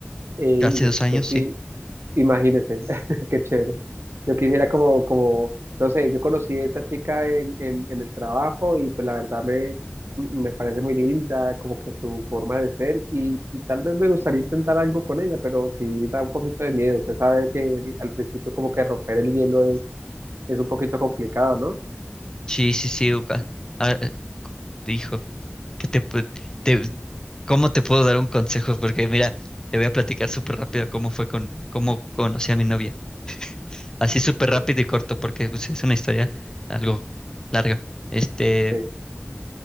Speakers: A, on the right; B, on the left.
A: eh, y
B: hace
A: yo,
B: dos años,
A: yo sí,
B: sí.
A: Imagínese, <laughs> qué chévere. Yo quisiera como, como, no sé, yo conocí a esta chica en, en, en el trabajo y pues la verdad me, me parece muy linda, como que su forma de ser y, y tal vez me gustaría intentar algo con ella, pero sí da un poquito de miedo. Usted sabe que al principio como que romper el hielo es, es un poquito complicado, ¿no?
B: Sí, sí, sí. u- ca- ah, eh, Dijo, que te, pu- te- ¿cómo te puedo dar un consejo? Porque mira, te voy a platicar súper rápido cómo fue con, cómo conocí a mi novia. así súper
A: Sí,
B: rápido y corto, porque pues, es una historia algo larga. Este,
A: sí,